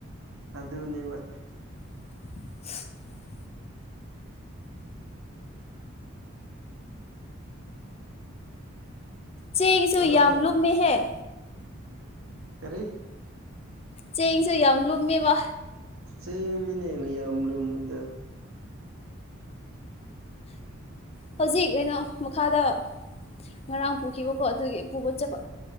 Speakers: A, on the right; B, on the left.
A: ꯑꯗꯨꯅꯦꯕ
B: <unintelligible> ꯆꯦꯡꯁꯨ
A: ꯉꯔꯥꯡ
B: ꯌꯥꯝ ꯌꯥꯝ ꯂꯨꯝꯃꯦ ꯍꯥꯏꯦ
A: ꯀꯔꯤ
B: ꯆꯦꯡꯁꯨ ꯌꯥꯝ ꯂꯨꯝꯃꯦꯕ
A: ꯁꯤ ꯃꯤꯅꯦ ꯂꯩ ꯌꯥꯝꯗꯃꯤꯗ
B: ꯍꯧꯖꯤꯛ ꯀꯩꯅꯣ ꯃꯈꯥꯗ ꯉꯔꯥꯡ ꯄꯨꯈꯤꯕꯀꯣ ꯑꯗꯨꯒꯤ ꯄꯨꯕ ꯆꯠꯄ